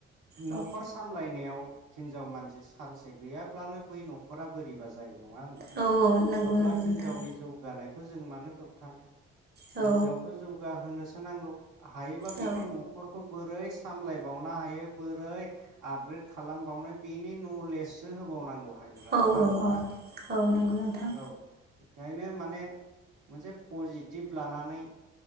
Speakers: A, on the right (about 60°); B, on the right (about 30°).
A: न'खर
B: औ
A: सामलायनायाव हिनजाव मानसि सानसे गैयाब्लानो बै न'खरा बोरैबा जायो। नङा होमबा
B: औ औ नंगौ
A: अब्ला
B: नंगौ
A: हिनजावनि
B: नोंथां
A: जौगानायखौ खौ जों मानो होबथानो
B: औ
A: हिनजावखौ जौगाहोनोसो नांगौ हायोबा बेखौ
B: औ
A: न'खर बोरै सामलायबावनो हायो बोरै आपग्रेड खालामबावनो बेनि नलेजसो होबावनांगौ। हायोबा
B: औ
A: नङा होमबा
B: औ औ नंगौ नोंथां
A: औ ओंखायनो माने मोनसे पजिटिभ लानानै